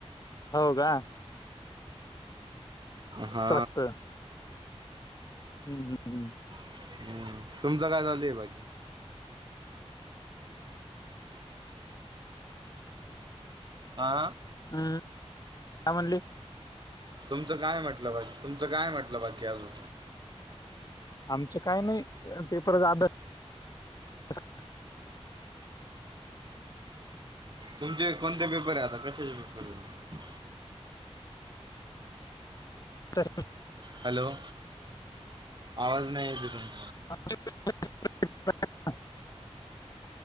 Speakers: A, on the left; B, on the right.
A: हो का
B: हा
A: असं असतं हम्म हम् हम्
B: <inaudible> तुमचं काय चालू ते बाकी हा
A: हम्म, काय म्हणली
B: तुमचं काय म्हटलं बाकी तुमचं काय म्हटलं बाकी अजून
A: आमचं काय नाही पेपर चा अभ्यास
B: तुमचे कोणते पेपर आहे आता कशाचे पेपर तुमचे
A: तस <unintelligible>
B: हॅलो आवाज नाही येतेय तुमचा
A: <unintelligible>